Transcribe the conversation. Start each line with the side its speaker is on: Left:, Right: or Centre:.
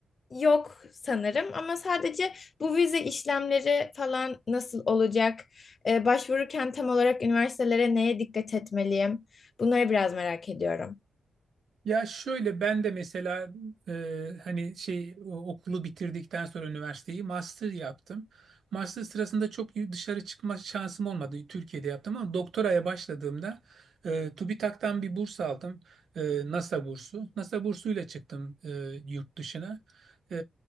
Left: Yok sanırım ama sadece bu vize işlemleri falan nasıl olacak? Ee, başvururken tam olarak üniversitelere neye dikkat etmeliyim? Bunları biraz merak ediyorum.
Right: Ya şöyle ben de mesela e, hani şey o- okulu bitirdikten sonra üniversiteyi master yaptım. Master sırasında çok y- dışarı çıkma şansım olmadı. Türkiye'de yaptım ama doktoraya başladığımda e, TÜBİTAK'tan bir burs aldım. E, NASA bursu. NASA bursuyla çıktım e, yurt dışına. E,